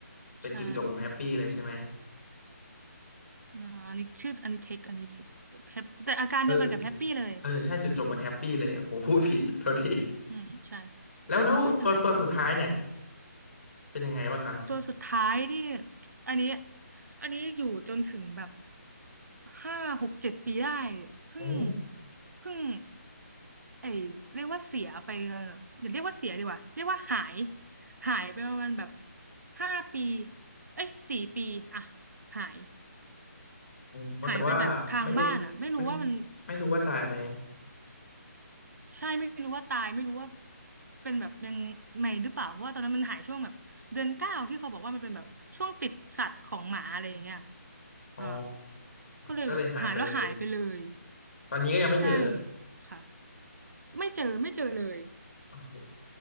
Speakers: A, on the left; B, on the right.
A: เป็นจุดจบของแฮปปี้เลยใช่ไหม
B: ใช่ อ่าอันนี้ชื่อ อันนี้เทคอันนี้เทคแฮปแต่อาการเดียวกันกับแฮปปี้เลย
A: เออเออใช่จุดจบมันแฮปปี้เลยผมพูดผิดโทษที
B: อืมใช่
A: แล้วแล้วตัวตัวสุดท้ายเนี่ย
B: อ่าไม่เป็นไรค่ะ
A: เป็นยังไงบ้างครับ
B: ตัวสุดท้ายนี่อันนี้อันนี้อยู่จนถึงแบบห้าหกเจ็ดปีได้เพิ่ง
A: โอ้
B: เพิ่งไอเรียกว่าเสียไปเอ่ออย่าเรียกว่าเสียดีกว่าเรียกว่าหายหายไปประมาณแบบห้าปีเอ้ยสี่ปีอ่ะหาย
A: โอ้แต่ว่าไม่ได้
B: หายไปจากทางบ้านอ่ะไม่รู้ว่ามัน
A: ไม่ไม่รู้ว่าตายไหม
B: ใช่ไม่รู้ว่าตายไม่รู้ว่าเป็นแบบยังไงหรือเปล่าเพราะว่าตอนนั้นมันหายช่วงแบบเดือนเก้าที่เขาบอกว่ามันเป็นแบบช่วงติดสัตว์ของหมาอะไรอย่างเงี้ย
A: อ๋อ
B: อ่าก็เลยแบบหายแล้วหายไปเลย
A: ก็เลยหายไปเลยตอนนี้ก็ยังไม่เจอ
B: ใช่ค่ะไม่เจอไม่เจอเลย
A: โอ้โห